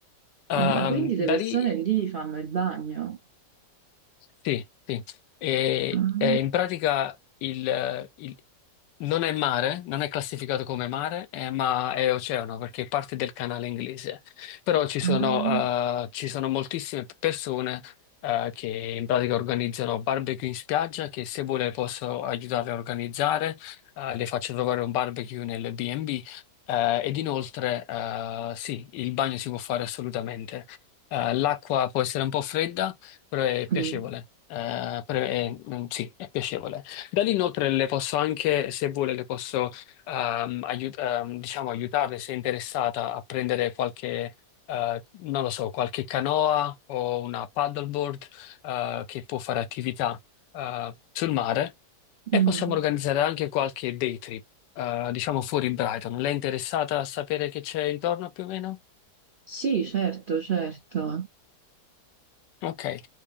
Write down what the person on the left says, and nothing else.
Ehm,
da
lì
sì, sì. E,
e in pratica il, il- non è mare, non è classificato come mare, eh, ma è oceano perché è parte del canale inglese. Però ci sono,
eh, ci sono moltissime persone, eh, che in pratica organizzano barbecue in spiaggia, che se vuole posso aiutarle a organizzare, eh, le faccio trovare un barbecue nel B&B, eh, ed inoltre, eh, sì, il bagno si può fare assolutamente. Eh, l'acqua può essere un po' fredda però è
piacevole. Eh, però è- mm, sì, è piacevole. Da lì inoltre le posso anche, se vuole, le posso ehm, aiut- ehm, diciamo, aiutarle se è interessata a prendere qualche, eh, non lo so, qualche canoa o una paddleboard eh, che può fare attività eh, sul mare e
possiamo organizzare anche qualche day trip, eh, diciamo fuori Brighton. Lei è interessata a sapere che c'è intorno più o meno?
Ok, Eh,